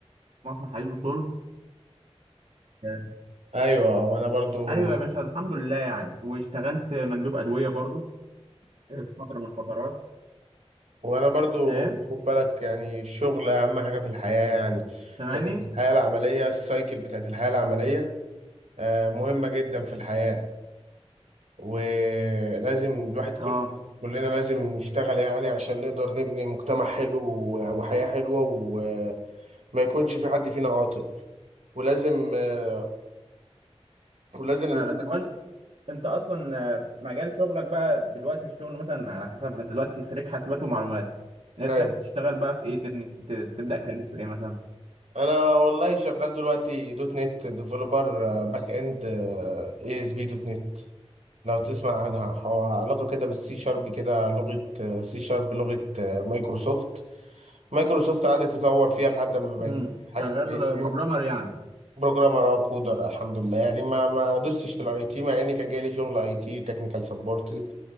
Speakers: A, on the right; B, on the right.
A: مصنع حديد وصلب آه،
B: ايوه وانا برضو
A: ايوه يا باشا الحمد لله يعني واشتغلت مندوب ادويه برضو آه، في فتره من الفترات
B: <laughs> وانا برضو
A: ايه
B: خد بالك يعني الشغل اهم حاجه في الحياه يعني
A: سامعني
B: هو الحياه العمليه السايكل بتاعت الحياه العمليه آه، مهمه جدا في الحياه ولازم الواحد كل
A: اه
B: كلنا لازم نشتغل يعني عشان نقدر نبني مجتمع حلو وحياه حلوه و ما يكونش في حد فينا عاطل ولازم آه، ولازم
A: فعلا
B: نكون
A: طب وإن- انت اصلا آه، مجال شغلك بقى دلوقتي الشغل مثلا على حسب انت دلوقتي خريج حاسبات ومعلومات نفسك
B: ايوه
A: تشتغل بقى في ايه تبني ت- تبدا كارير في ايه مثلا
B: انا والله شغال دلوقتي دوت نت ديفلوبر باك اند اي اس بي دوت نت لو تسمع عنها هو علاقه كده بالسي شارب كده لغه سي شارب لغه آه، مايكروسوفت مايكروسوفت قعدت تطور فيها لحد ما بقت
A: امم
B: حاجه
A: شغال
B: كويسه يعني
A: بروجرامر يعني
B: بروجرامر او كودر الحمد لله يعني ما ما دوستش في الاي تي مع ان كان جاي لي شغل اي تي تكنيكال سبورت